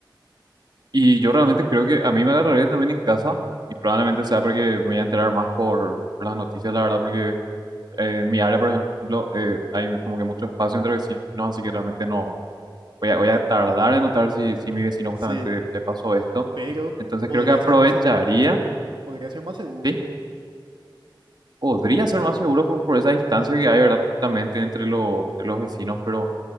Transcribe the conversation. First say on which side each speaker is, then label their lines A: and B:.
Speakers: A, on the right; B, on the right.
A: Y yo realmente creo que a mí me agarraría también en casa y probablemente sea porque me voy a enterar más por, por las noticias, la verdad, porque eh, en mi área, por ejemplo, eh, hay como que mucho espacio entre vecinos, así que realmente no voy a, voy a tardar en notar si, si mi vecino justamente
B: Sí,
A: le pasó esto.
B: pero
A: Entonces
B: podría
A: creo que aprovecharía.
B: ser más Podría ser más seguro,
A: ¿sí? podría ser más seguro por, por esa distancia que hay, ¿verdad? Justamente entre los, entre los vecinos, pero